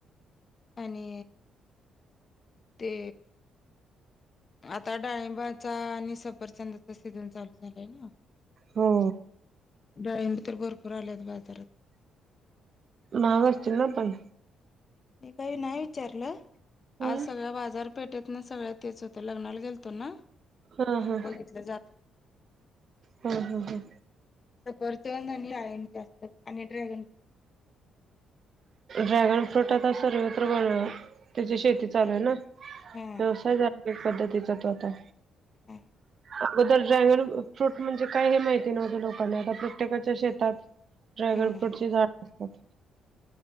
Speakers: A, on the left; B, on the right.
A: आणि ते, आता डाळिंबाचा आणि सफरचंदाचा सीजन चालू झालंय ना.
B: हो.
A: डाळींब तर भरपूर आल्यात बाजारात.
B: माहाग असती ना पण.
A: तिथं नाही विचारलं
B: हम्म
A: आज सगळा बाजार. पेटेत ना सगळ्या तेच होतं, लग्नाला गेलतो ना.
B: हा
A: तेव्हा
B: हा
A: बघितलं जातना.
B: हा हा हा
A: सफरचंद आणि डाळिंबच्या असते आणि ड्रॅगन फ्रूट
B: ड्रॅगन फ्रूट आता सर्वत्र बनत त्याची शेती चालू आहे ना.
A: हा
B: व्यवसाय झा <inaudible> पद्धतीचा तो आता.
A: हां.
B: अगोदर ड्रॅगन फ्रूट म्हणजे काय हे माहिती नव्हतं. लोकांना आता प्रत्येकाच्या शेतात. ड्रॅगन
A: हम्म
B: फ्रूटचे झाड असतात.